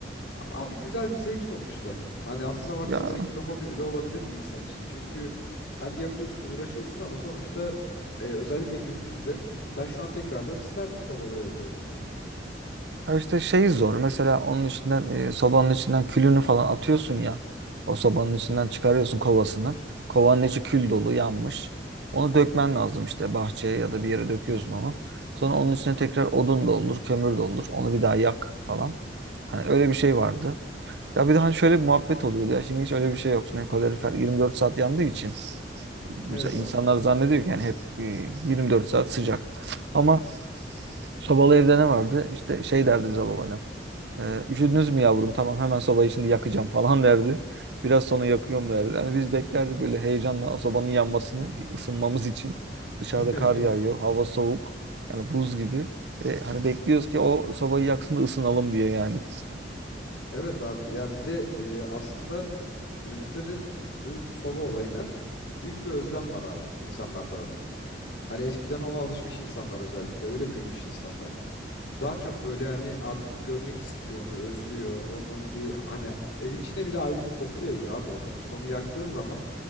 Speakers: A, on the left; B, on the right.
A: Ama abi güzel bir zevk sonuçta. Hani aslına baktığında
B: Ya,
A: belki bir hobi bile olabilir bir insan için. Çünkü yani yakıyorsun, uğraşıyorsun ama sonuçta e, özellikle günümüzde ben şu an tekrardan isterdim sobalı evde oturmak.
B: ya işte şey zor. Mesela onun içinden e, sobanın içinden külünü falan atıyorsun ya. O sobanın içinden çıkarıyorsun kovasını. Kovanın içi kül dolu yanmış. Onu dökmen lazım işte bahçeye ya da bir yere döküyorsun onu. Sonra onun içine tekrar odun doldur, kömür doldur. Onu bir daha yak falan. Hani öyle bir şey vardı. Ya bir de hani şöyle bir muhabbet oluyordu. Ya şimdi hiç öyle bir şey yok. Şimdi kalorifer 24 saat yandığı için mesela
A: Evet
B: insanlar
A: abi.
B: zannediyor ki yani hep e, 24 saat sıcak. Ama sobalı evde ne vardı? İşte şey derdi bize babaannem. E, üşüdünüz mü yavrum? Tamam hemen sobayı şimdi yakacağım falan derdi. Biraz sonra yakıyorum derdi. Yani biz beklerdik böyle heyecanla sobanın yanmasını, bir ısınmamız için. Dışarıda
A: <laughs>
B: kar yağıyor, hava soğuk. Yani buz gibi. Ve hani bekliyoruz ki o sobayı yaksın da ısınalım diye yani.
A: Evet abi ya bir de e, aslında dü- günümüzde de bu soba olayına büyük bir özlem var abi insanlar tarafından. Hani eskiden ona alışmış insanlar özellikle öyle büyümüş insanlar. Daha çok böyle hani artık görmek istiyor onu özlüyor onun bir hani evin içine bile ayrı bir koku yayıyor abi o sonuçta onu yaktığın zaman